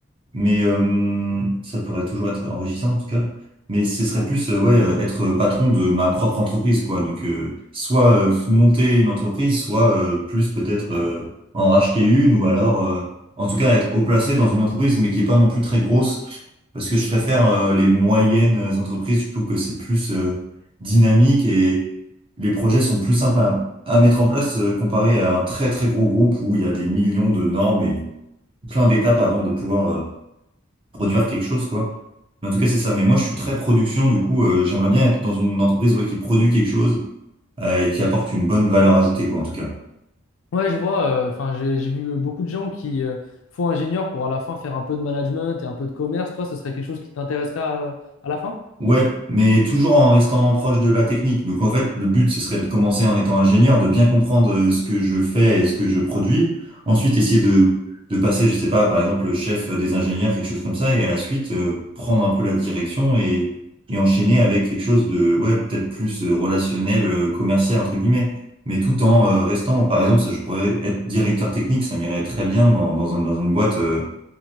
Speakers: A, on the right; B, on the left.
A: Mais euh, ça pourrait toujours être enrichissant en tout cas. Mais ce serait plus euh, ouais, euh, être patron de ma propre entreprise, quoi. Donc euh, soit euh, monter une entreprise, soit euh, plus peut-être euh, en racheter une, ou alors euh, en tout cas être haut placé dans une entreprise, mais qui est pas non plus très grosse. Parce que je préfère euh, les moyennes entreprises, je trouve que c'est plus euh, dynamique et les projets sont plus simples à, à mettre en place euh, comparé à un très très gros groupe où il y a des millions de normes et plein d'étapes avant de pouvoir. euh, produire quelque chose, quoi. Mais en tout cas, c'est ça. Mais moi, je suis très production, du coup, euh, j'aimerais bien être dans une entreprise ouais, qui produit quelque chose euh, et qui apporte une bonne valeur ajoutée, quoi, en tout cas.
B: Ouais, je vois. Enfin, j'ai j'ai vu beaucoup de gens qui euh, font ingénieur pour à la fin faire un peu de management et un peu de commerce. Toi, ce serait quelque chose qui t'intéresserait à à la fin?
A: Ouais, mais toujours en restant proche de la technique. Donc en fait, le but, ce serait de commencer en étant ingénieur, de bien comprendre euh, ce que je fais et ce que je produis. Ensuite, essayer de, de passer, je sais pas, par exemple, chef des ingénieurs, quelque chose comme ça, et à la suite, euh, prendre un peu la direction et, et enchaîner avec quelque chose de, ouais, peut-être plus euh, relationnel, euh, commercial, entre guillemets. Mais tout en euh, restant, par exemple, ça, je pourrais être directeur technique, ça m'irait très bien dans, dans un- dans une boîte euh,